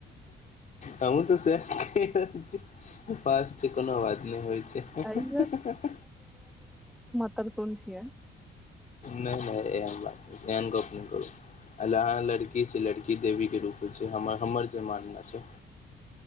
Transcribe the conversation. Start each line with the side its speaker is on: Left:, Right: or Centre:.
Left: हमू तऽ सएह कहि रहल छीयै उपास छै कोनो बात नहि होइ छै
Centre: एहि <unintelligible> त सुन छियै
Left: नहि नहि एहन गप नहि कहु अहाँ लड़की छी लड़की देवी के रूप होय छै हमर जे मानना छै